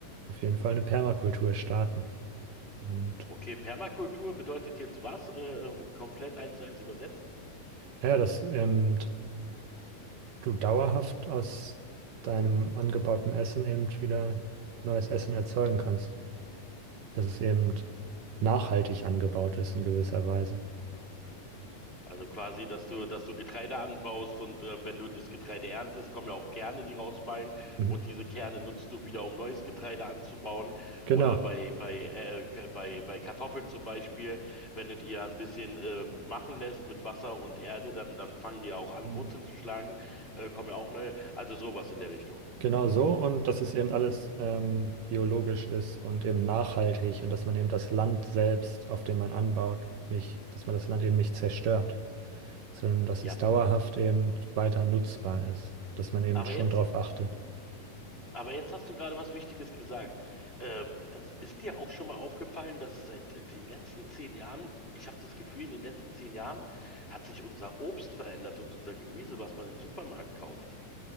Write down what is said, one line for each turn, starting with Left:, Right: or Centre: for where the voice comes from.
Right: auf jeden Fall eine Permakultur starten. Und
Left: Okay, Permakultur bedeutet jetzt was? Äh, komplett eins zu eins übersetzt?
Right: ja, dass eben du dauerhaft aus deinem angebauten Essen eben wieder neues Essen erzeugen kannst, dass es eben nachhaltig angebaut ist in gewisser Weise.
Left: Also quasi, dass du, dass du Getreide anbaust und äh, wenn du das Getreide erntest, kommen ja auch Kerne, die rausfallen
Right: Mhm.
Left: und diese Kerne nutzt du wieder, um neues Getreide anzubauen
Right: Genau,
Left: oder bei bei äh, K- bei bei Kartoffeln zum Beispiel, wenn du die ja ein bisschen äh, machen lässt mit Wasser und Erde, dann dann fangen die ja auch an,
Right: Mhm.
Left: Wurzeln zu schlagen, äh, kommen ja auch neue, also sowas in der Richtung.
Right: genau so. Und dass es eben alles ähm, biologisch ist und eben nachhaltig und dass man eben das Land selbst, auf dem man anbaut, nicht, dass man das Land eben nicht zerstört, sondern dass
Left: Ja,
Right: es dauerhaft eben weiter nutzbar ist, dass man eben
Left: aber
Right: schon
Left: jetzt
Right: darauf achtet.
Left: Aber jetzt hast du gerade was Wichtiges gesagt. Ähm, es ist dir auch schon mal aufgefallen, dass seit den letzten zehn Jahren, ich habe das Gefühl, in den letzten zehn Jahren hat sich unser Obst verändert und unser Gemüse, was man im Supermarkt kauft.